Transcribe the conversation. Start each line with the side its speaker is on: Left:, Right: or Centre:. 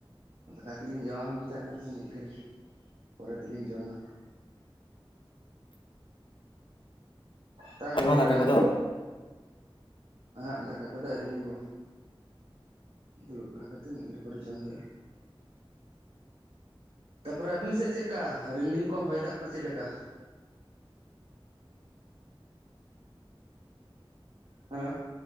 Right: ᱫᱟᱠᱟ ᱠᱚᱞᱤᱧ ᱡᱚᱢᱟ ᱢᱮᱱᱛᱮ ᱟᱫᱚ ᱢᱤᱫ ᱜᱷᱟᱹᱲᱤᱡ ᱯᱚᱨᱮ ᱛᱮᱞᱤᱧ ᱡᱚᱢᱟ ᱛᱟᱯᱚᱨᱮ
Left: ᱵᱟᱝ ᱫᱟᱠᱟ ᱠᱚᱫᱚ
Right: ᱦᱟᱜ ᱫᱟᱠᱟ ᱠᱚᱫᱚ ᱟᱹᱣᱨᱤᱤᱧ ᱡᱚᱢᱟ ᱫᱩᱲᱩᱵ ᱵᱟᱲᱟ ᱠᱟᱛᱮ ᱢᱤᱫ ᱜᱷᱟᱹᱲᱤ ᱯᱚᱨᱮ ᱡᱚᱢ ᱦᱩᱭᱩᱜᱼᱟ ᱛᱟᱯᱚᱨᱮ ᱟᱹᱵᱤᱱ ᱥᱮᱫ ᱪᱮᱫ ᱞᱮᱠᱟ ᱨᱤᱢᱤᱞ ᱠᱚ ᱦᱚᱭ ᱫᱟᱜ ᱠᱚ ᱪᱮᱫ ᱞᱮᱠᱟ ᱦᱮᱞᱳ